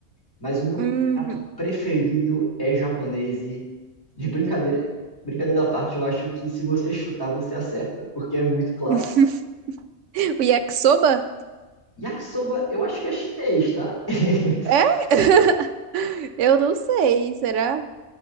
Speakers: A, on the left (about 20°); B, on the right (about 80°).
A: Mas o meu
B: uhum.
A: prato preferido é japonês e de brincadeira, brincadeira à parte, eu acho que se você chutar, você acerta, porque é muito clássico.
B: <laughs> O yakisoba?
A: Yakisoba, eu acho que é chinês, tá? <laughs>
B: É? <laughs> Eu não sei, será?